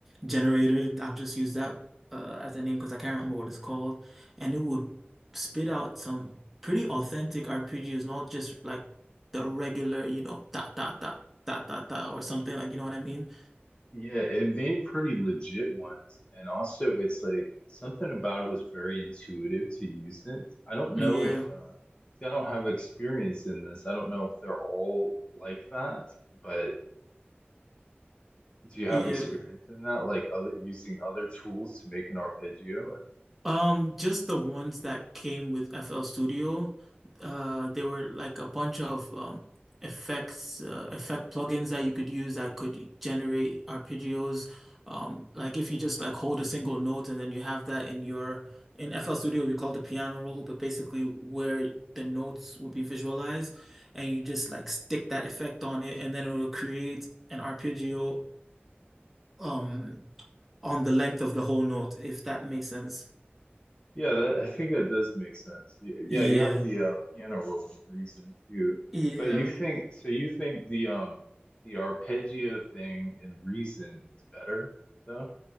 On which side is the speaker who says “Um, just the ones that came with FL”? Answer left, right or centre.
Centre